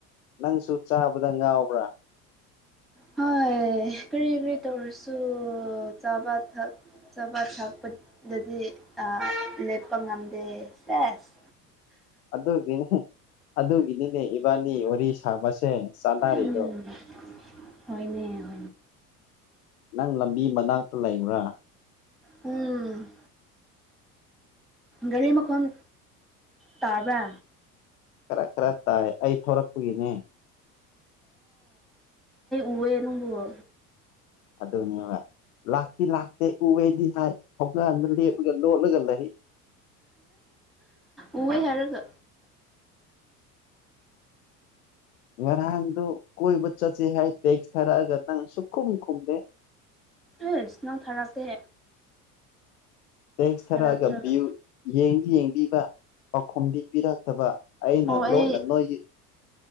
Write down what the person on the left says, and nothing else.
ꯅꯪꯁꯨ ꯆꯥꯕꯗ ꯉꯥꯎꯕ꯭ꯔꯥ
ꯑꯗꯨꯒꯤꯅꯦ ꯑꯗꯨꯒꯤꯅꯤꯅꯦ ꯏꯕꯥꯅꯤ ꯋꯥꯔꯤ ꯁꯥꯕꯁꯦ ꯆꯥꯟꯅꯔꯤꯗꯣ
ꯅꯪ ꯂꯝꯕꯤ ꯃꯅꯥꯛꯇ ꯂꯩꯕ꯭ꯔꯥ
ꯈꯔ ꯈꯔ ꯇꯥꯏ ꯑꯩ ꯊꯔꯛꯄꯒꯤꯅꯦ
ꯑꯗꯨꯅꯦꯕ ꯂꯥꯛꯇꯤ ꯂꯥꯛꯇꯦ ꯎꯔꯦꯗꯤ ꯍꯥꯏ ꯊꯧꯂꯥꯟꯗ ꯂꯦꯞꯂꯒ ꯂꯣꯠꯂꯒ ꯂꯩ
ꯉꯔꯥꯟꯗꯨ ꯀꯣꯏꯕ ꯆꯠꯁꯤꯦ ꯍꯥꯏ ꯇꯦꯛꯁ ꯊꯥꯔꯛꯑꯒ ꯅꯪ ꯁꯈꯨꯝ ꯈꯨꯝꯗꯦ
ꯇꯦꯛꯁ ꯊꯥꯔꯛꯑꯒ
ꯚ꯭ꯌꯨ ꯌꯦꯡꯗꯤ ꯌꯦꯡꯕꯤꯕ ꯄꯥꯎꯈꯨꯝꯗꯤ ꯄꯤꯔꯛꯇꯕ ꯑꯩꯅ
ꯂꯣꯅ ꯅꯣꯏꯒꯤ